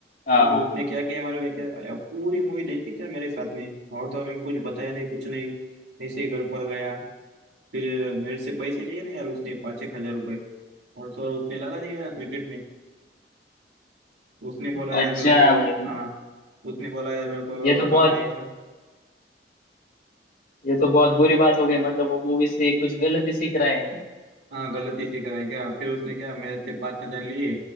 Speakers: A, on the left; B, on the right.
A: हाँ
B: तो फिर
A: हाँ
B: उसने क्या किया मालूम है क्या पूरी मूवी देखी क्या मेरे साथ में और तो मैंने कुछ बताया नहीं कुछ नहीं ऐसे ही घर पर गया फिर मेरे से पैसे लिए ना यार उसने पाँच एक हजार रुपए और तो और उसने लगा दिया यार क्रिकेट में उसने बोला
A: अच्छा
B: यार मेरे को
A: भाई
B: हाँ उसने बोला यार मेरे को
A: ये तो
B: काम
A: बहुत
B: है यार
A: ये तो बहुत बुरी बात हो गई मतलब वो मूवी से कुछ गलत ही सीख रहा है
B: हाँ गलती इसी का है क्या फिर उसने क्या मेरे से पाँच हजार लिए